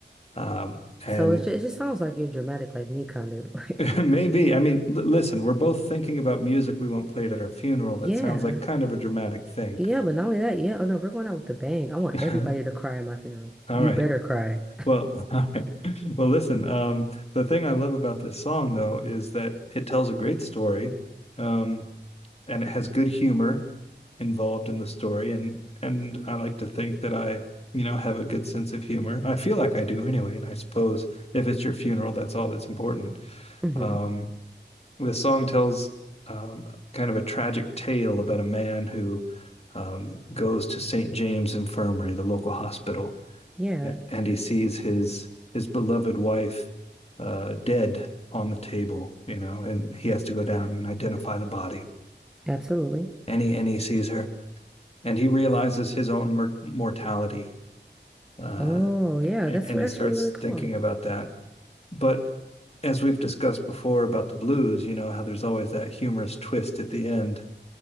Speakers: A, on the left (about 35°); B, in the centre.
A: Um, and
B: So it just, it just sounds like you're dramatic like me, kind of <laughs> like.
A: <laughs> maybe, I mean, l listen, we're both thinking about music we want played at our funeral. That
B: Yeah,
A: sounds like kind of a dramatic thing.
B: Yeah, but not only that, yeah, oh no, we're going out with a bang. I want
A: <laughs>
B: everybody to cry at my funeral.
A: All
B: You
A: right.
B: better cry.
A: Well, <laughs> all right. Well, listen, um, the thing I love about this song though is that it tells a great story, um, and it has good humor involved in the story, and and I like to think that I, you know, have a good sense of humor. I feel like I do anyway, and I suppose if it's your funeral, that's all that's important.
B: hmm
A: Um, the song tells um, kind of a tragic tale about a man who um, goes to St. James Infirmary, the local hospital
B: Yeah,
A: and he sees his his beloved wife uh, dead on the table, you know, and he has to go down and identify the body.
B: absolutely. <laughs>
A: And he and he sees her, and he realizes his own mor- mortality, uh,
B: Oh, yeah,
A: and,
B: that's
A: and
B: actually
A: he starts
B: really cool.
A: thinking about that. But as we've discussed before about the blues, you know how there's always that humorous twist at the end.